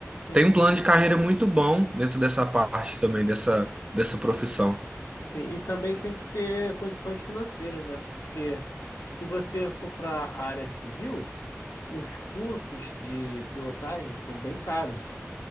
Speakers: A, on the left (about 80°); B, on the right (about 20°).
A: Sim,
B: Tem um plano
A: e,
B: de carreira muito bom dentro dessa parte também, dessa, dessa profissão.
A: sim, e também tem que ter condições financeiras, né, porque se você for para a área civil, os cursos de pilotagem são bem caros.